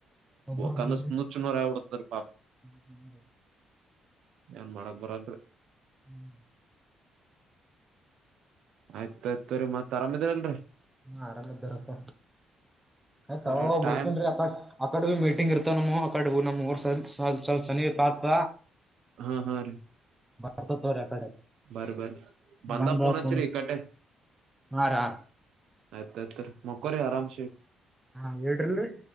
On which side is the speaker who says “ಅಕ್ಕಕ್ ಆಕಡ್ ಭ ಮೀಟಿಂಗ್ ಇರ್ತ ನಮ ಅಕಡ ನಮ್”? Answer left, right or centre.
Centre